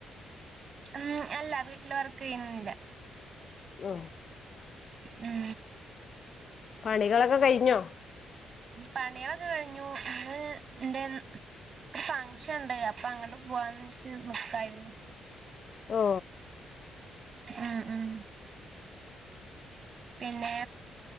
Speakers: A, on the right; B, on the left.
A: ഉം അല്ല വീട്ടില് വർക്ക് ചെയുന്നില്ല
B: ആ
A: ഉം
B: പണികളൊക്കെ കഴിഞ്ഞോ
A: പണയൊക്കെ കഴിഞ്ഞു ഇന്ന് എന്റെ ഫംഗഷൻ ഉണ്ട് അപ്പൊ അങ്ങോട്ട് പോവാന്ന് വച്ച് നിക്കായിരുന്നു
B: ഓ
A: ഉം ഉം പിന്നെ